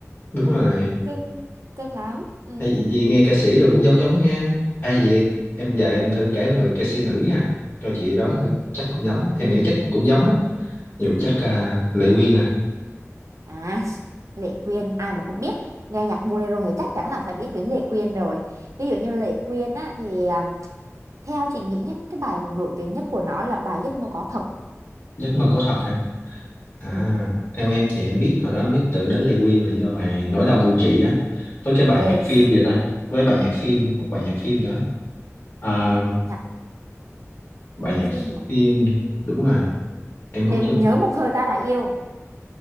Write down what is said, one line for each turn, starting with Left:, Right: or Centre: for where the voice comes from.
Left: đúng rồi
Right: cưng cưng lắm ừ
Left: Ê, vậy nghe ca sĩ rồi cũng giống giống ha ai vậy em giờ em thử kể một người ca sĩ nữ nha cho chị đoán
Right: ừ
Left: thử chắc cũng giống em
Right: ừ
Left: nghĩ chắc cũng giống á nhiều chắc à, Lệ Quyên nè
Right: à Lệ Quyên ai mà không biết nghe nhạc bolero thì chắc chắn là phải biết đến Lệ Quyên rồi ví dụ như Lệ Quyên á thì à, theo chị nghĩ nhé cái bài mà nổi tiếng nhất của nó là bài Giấc mơ có thật
Left: giấc mơ có thật hả à
Right: ừ
Left: theo em thì em biết hồi đó biết tự đến Lệ Quyên là do bài Nỗi đau ngự trị á với cái bài
Right: Yes,
Left: nhạc phim vậy ta với bài nhạc phim một bài nhạc phim nữa à,
Right: nhạc
Left: bài
Right: nhạc
Left: nhạc
Right: phim mà.
Left: phim đúng rồi em
Right: Để
Left: không nhớ
Right: nhớ một thời ta đã yêu.